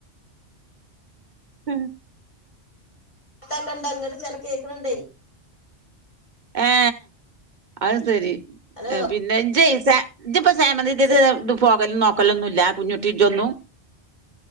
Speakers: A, on the right; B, on the left.
A: ഉം
B: കട്ടാക്കണ്ട ഇങ്ങട്ട് ചില കേൾക്കണണ്ടേ
A: ഏ അഹ് ശരി
B: ഹലോ
A: എ പിന്നെ ഇജെജ ഇജ്പ്പൊ സേമനിതിത്
B: ചെ
A: ഇത് പോകലും നോക്കലൊന്നുല്ല കുഞ്ഞുട്ടി ൻ്റെന്നും